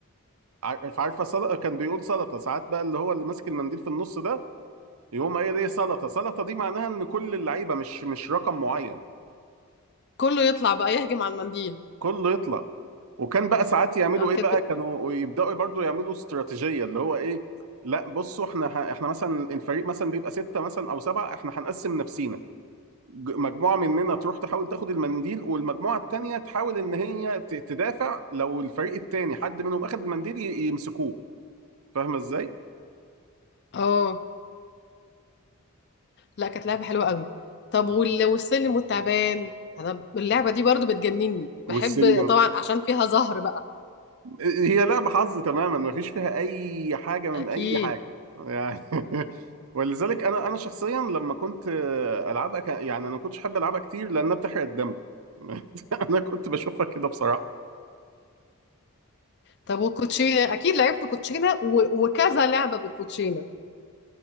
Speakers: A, on the right; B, on the left.
A: عارف- عارفة سلطة كان بيقول سلطة ساعات بقى اللي هو اللي ماسك المنديل في النص ده يقوم قايل ايه سلطة سلطة دي معناها ان كل اللعيبة مش مش رقم معين
B: كله يطلع بقى يهجم على المنديل
A: كله يطلع وكان بقى ساعات يعملوا
B: آه، كانت
A: ايه بقى
B: ب-
A: كانوا يبداوا برضو يعملوا استراتيجيه اللي هو ايه لا بصوا احنا ه- احنا مثلا الفريق مثلا بيبقى سته مثلا او سبعه احنا هنقسم نفسينا ج- مجموعه مننا تروح تحاول تاخد المنديل والمجموعه التانيه تحاول ان هي ت- تدافع لو الفريق التاني حد منهم اخد المنديل ي- يمسكوه فاهمه ازاي
B: اه لا كانت لعبة حلوة قوي طب وال- والسلم والتعبان انا اللعبة دي برضو بتجنني بحب
A: والسلم
B: طبعا عشان فيها زهر بقى
A: هي لعبه حظ تماما مفيش فيها اي حاجه من
B: اكيد
A: اي حاجه يعني <laughs> ولذلك انا انا شخصيا لما كنت العبها كان- يعني انا ما كنتش احب العبها كتير لانها بتحرق الدم <laughs> انا كنت بشوفها كده بصراحه
B: طب والكوتشينة اكيد لعبت كوتشينة و... وكذا لعبة بالكوتشينة